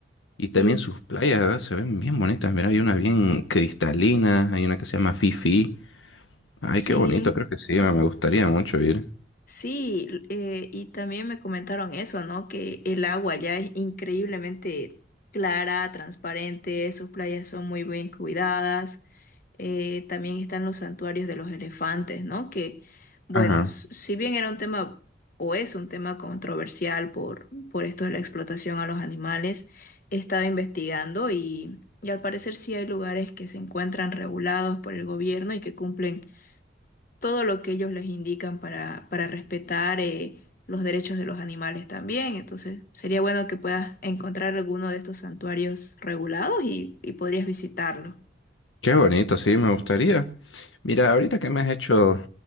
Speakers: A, on the left (about 85°); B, on the left (about 50°).
A: Y
B: sí,
A: también sus playas, ¿verdad? Se ven bien bonitas. Mira, hay una bien cristalina, hay una que se llama Fifi. Ay,
B: sí,
A: qué bonito, creo que sí, me, me gustaría mucho ir.
B: sí, eh, y también me comentaron eso, ¿no? Que el agua ya es increíblemente clara, transparente, sus playas son muy bien cuidadas. Eh, también están los santuarios de los elefantes, ¿no? Que, bueno,
A: Ajá.
B: s- si bien era un tema o es un tema controversial por, por esto de la explotación a los animales, he estado investigando y, y al parecer sí hay lugares que se encuentran regulados por el gobierno y que cumplen todo lo que ellos les indican para, para respetar eh, los derechos de los animales también. Entonces, sería bueno que puedas encontrar alguno de estos santuarios regulados y, y podrías visitarlo.
A: Qué bonito, sí, me gustaría. Mira, ahorita que me has hecho